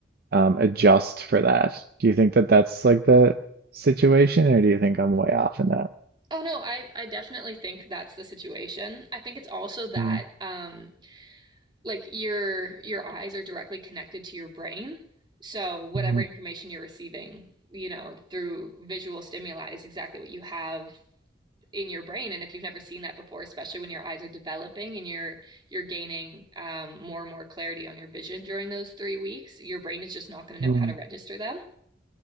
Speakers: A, on the right; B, on the right.
A: um, adjust for that. Do you think that that's like the situation, or do you think I'm way off in that?
B: Oh no, I I definitely think that's the situation. I think it's also that
A: Mm,
B: um like your your eyes are directly connected to your brain. So whatever
A: mm,
B: information you're receiving, you know, through visual stimuli is exactly what you have in your brain. And if you've never seen that before, especially when your eyes are developing and you're you're gaining um, more and more clarity on your vision during those three weeks, your brain is just not going to
A: mm,
B: know how to register them.